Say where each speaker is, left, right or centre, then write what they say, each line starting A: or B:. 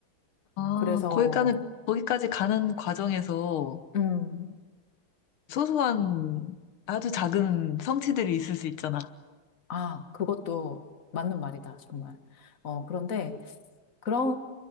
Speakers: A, on the left (about 85°); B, on the left (about 40°).
A: 아,
B: 그래서
A: 거기까지, 거기까지 가는 과정에서,
B: 음.
A: 소소한 아주 작은 성취들이 있을 수 있잖아.
B: 아, 그것도 맞는 말이다, 정말. 어, 그런데, 그런,